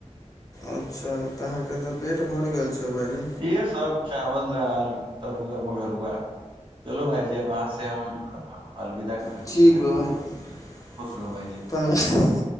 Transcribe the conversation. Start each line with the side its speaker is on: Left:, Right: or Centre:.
Left: अच्छा तऽ अहा के त पेट भर गेल छै। भाइजी
Right: यह सभ चावल दाल तरुआ बघरुआ। चलो भायजीब वहाँ से हम अलविदा। कहय
Left: ठीकीक
Right: चाहब
Left: ग
Right: खुश रहू भाईजी
Left: प।